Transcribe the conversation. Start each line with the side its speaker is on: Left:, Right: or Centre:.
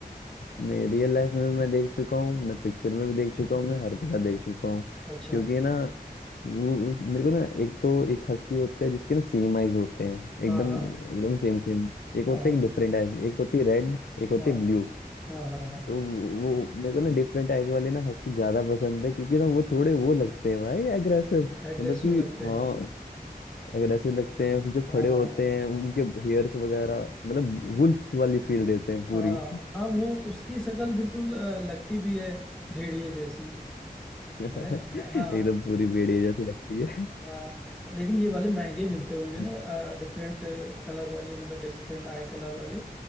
Left: नहीं रियल लाइफ में भी मैं देख चुका हूँ मैं पिक्चर में भी देख चुका हूँ मैं हर जगह देख चुका हूँ
Centre: अच्छा
Left: क्योंकि ना वो उस- मेरे को ना एक तो एक हस्की होता है जिसके ना सेम आइज होते हैं
Centre: हाँ
Left: एकदम
Centre: हाँ
Left: एकदम सेम सेम एक
Centre: हाँ
Left: होते
Centre: हाँ
Left: हैं डिफरेंट आइज एक होती है रेड एक होती
Centre: हाँ
Left: है ब्लू
Centre: हाँ हाँ
Left: तो वो वो मेरे को ना डिफरेंट आइज वाले ना हस्की ज्यादा पसंद है क्योंकि ना वो थोड़े वो लगते हैं भाई अग्रेसिव
Centre: हाँ एग्रेसिव
Left: मतलब कि
Centre: लगते
Left: हाँ
Centre: हैं
Left: अगर ऐसे लगते हैं जो
Centre: हाँ
Left: खड़े होते हैं उनके हेयर्स वगैरह मतलब
Centre: हाँ
Left: वुल्फ वाली फील देते हैं
Centre: हाँ
Left: पूरी
Centre: हाँ वो
Left: <laughs>
Centre: उसकी शक्ल बिल्कुल अ, लगती भी है भेड़िए जैसी
Left: एकदम
Centre: मैंने हाँ
Left: पूरी भेड़िया जैसी लगती है
Centre: हाँ लेकिन ये वाले महंगे मिलते
Left: <laughs>
Centre: होंगे ना डिफरेंट कलर वाले मतलब डिफरेंट आई कलर वाले